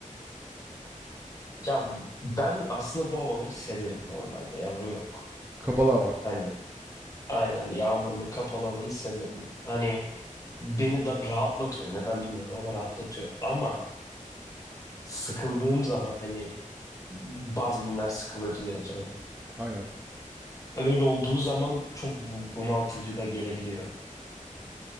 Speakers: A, on the left; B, on the right.
A: Ya ben aslında bu havaları severim normalde yalan yok.
B: Kapalı hava.
A: Hani aynen yağmurlu kapalı havayı severim. Hani beni da rahatlatıyor neden bilmiyorum ama rahatlatıyor. Ama sıkıldığım zaman hani bazı günler sıkılır ya canım.
B: Aynen.
A: Öyle olduğu zaman çok bu- bunaltıcı da gelebiliyor.